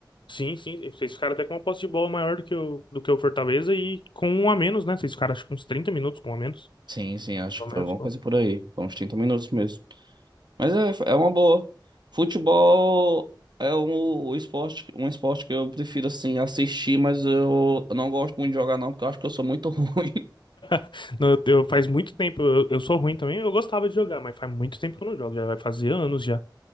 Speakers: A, on the left (about 75°); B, on the right (about 60°).
A: Sim, sim. Vocês ficaram até com uma posse de bola maior do que o, do que o Fortaleza e com um a menos, né? Vocês ficaram acho que uns 30 minutos com um a menos.
B: Sim, sim, acho
A: Pelo
B: que foi
A: menos,
B: alguma
A: pô.
B: coisa por aí. Foi Uns 30 minutos mesmo. Mas é, é uma boa. Futebol é um, o esporte, um esporte que eu prefiro, assim, assistir, mas eu não gosto muito de jogar, não, porque eu acho que eu sou muito <laughs> ruim.
A: <laughs> Não, eu, eu- faz muito tempo, eu, eu sou ruim também, eu gostava de jogar, mas faz muito tempo que eu não jogo, já vai fazer anos já.